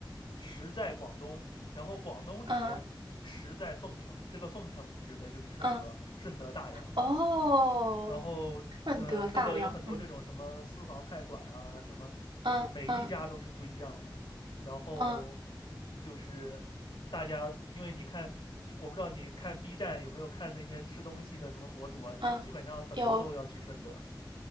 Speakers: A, on the left; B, on the right.
A: 食在广东，然后广东里面食在凤城，
B: 嗯
A: 这个凤城指的就是顺德，
B: 嗯，
A: 顺德大良。
B: 哦，
A: 然后，
B: 顺德大良，
A: 呃，顺德有很多这种什么私房菜馆啊，
B: 嗯
A: 什么就是每一家都是不一样的。
B: 嗯嗯
A: 然后
B: 嗯
A: 就是大家，因为你看，你我不知道你看 B 站有没有看那些吃东西的什么博主啊，什么基本上很多都要去顺德。
B: 嗯，有，